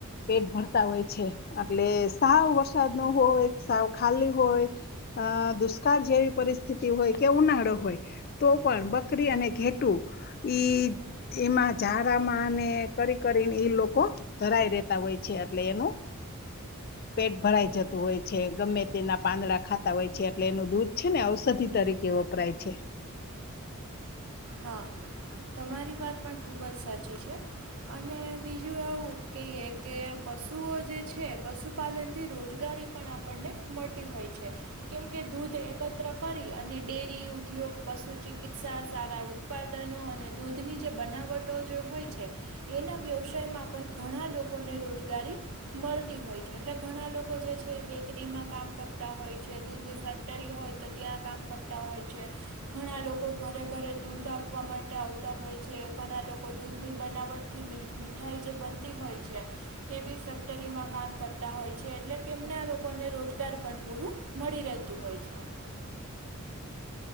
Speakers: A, on the left; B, on the right.
A: પેટ ભરતા હોય છે, એટલે સાવ વરસાદ ન હોય સાવ ખાલી હોય અ દુષ્કાળ જેવી પરિસ્થિતિ હોય કે ઉનાળો હોય તો પણ બકરી અને ઘેટું ઈ એમાં ઝારામાં ને કરી કરીને ઈ લોકો ધરાય રેતા હોય છે, એટલે એનું પેટ ભરાઈ જતું હોય છે, ગમે તેના પાંદડા ખાતા હોય છે, એટલે એનું દૂધ છે, ને ઔષધિ તરીકે વ પરાય છે.
B: હા તમારી વાત પણ ખૂબ જ સાચી છે. અને બીજું આવું કેયે કે પશુઓ જે છે, પશુ પશપાલનથી રોજગારી પણ આપણને મળતી હોય છે. કેમકે દૂધ એકત્ર કરી અને ડેરી ઉદ્યોગ પશુ ચિકિત્સા સારા ઉત્પાદનો અને દૂધની જે બનાવટો જો હોય છે. એના વ્યવસાયમાં પણ ઘણા લોકોને રોજગારી મળતી હોય છે, એટલે ઘણા લોકો જે છે, બેકરીમાં કામ કરતા હોય છે, દૂધની ફે ટરી હોય તો ત્યાં કામ કરતા હોય છે, ઘણા લોકો ઘરે ઘરે દૂધ આપવા માટે આવતા હોય છે, ઘણા લોકો દૂધની બનાવટથી મી મીઠાઈ જે બનતી હોય છે. તેવી ફેક્ટરીમાં કામ કરતા હોય છે એટલે કેમને લોકોને રોજગાર પણ પૂરું મળી રહેતું હોય છે.